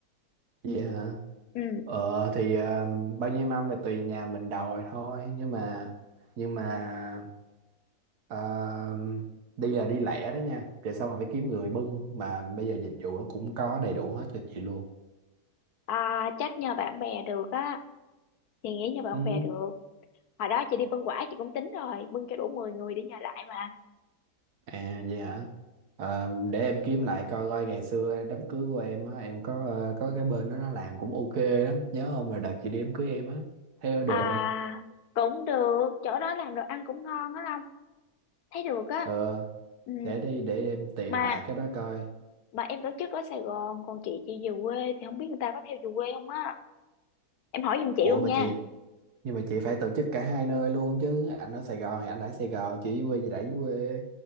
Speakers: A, on the right; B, on the left.
A: vậy hả
B: ừ
A: ờ thì ờ, bao nhiêu mâm là tùy nhà mình đòi thôi nhưng mà nhưng mà ờ, đi là đi lẻ đó nha về sau mà phải kiếm người bưng mà bây giờ dịch vụ nó cũng có đầy đủ hết cho chị luôn
B: à, chắc nhờ bạn bè được á chị nghĩ nhờ bạn
A: ừ
B: bè được hồi đó chị đi bưng quả chị cũng tính rồi bưng cho đủ 10 người để nhờ lại mà
A: À vậy hả? Ờ, để em kiếm lại coi coi ngày xưa đám cưới của em á, em có ờ, có cái bên đó nó làm cũng ok lắm, nhớ không? Rồi đợt chị đi đám cưới em á, thấy có được
B: À,
A: không?
B: cũng được, chỗ đó làm đồ ăn cũng ngon á Long, thấy được á.
A: Ờ,
B: Ừ,
A: để đi để em tìm
B: mà
A: lại cái đó coi.
B: mà em tổ chức ở Sài Gòn, còn chị chị về quê thì không biết người ta có theo về quê không á. Em hỏi giùm chị
A: Ủa
B: luôn
A: mà
B: nha.
A: chị, nhưng mà chị phải tổ chức cả hai nơi luôn chứ, anh ở Sài Gòn thì anh ở Sài Gòn, chị ở dưới quê thì đã dưới quê.